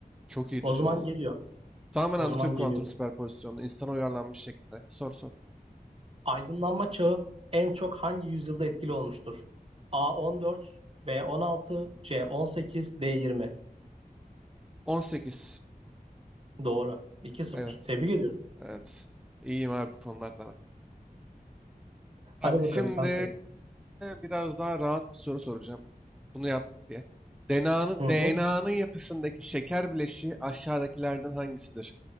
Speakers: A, in the centre; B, on the right.
A: Çok iyi
B: O
A: dizi
B: zaman
A: valla.
B: geliyor.
A: Tamamen
B: O
A: anlatıyor
B: zaman
A: kuantum
B: geliyor.
A: süperpozisyonunu. insana uyarlanmış şekilde. Sor sor.
B: Aydınlanma çağı en çok hangi yüzyılda etkili olmuştur? A 14, B 16, C 18, D 20.
A: 18.
B: Doğru. 2 sıfır.
A: Evet.
B: Tebrik ediyorum.
A: Evet. İyiyim abi bu konularda.
B: Hadi
A: Bak
B: bakalım
A: şimdi
B: sen sor.
A: biraz daha rahat bir soru soracağım. Bunu yap diye. DNA'nın
B: Hı hı.
A: DNA'nın yapısındaki şeker bileşiği aşağıdakilerden hangisidir?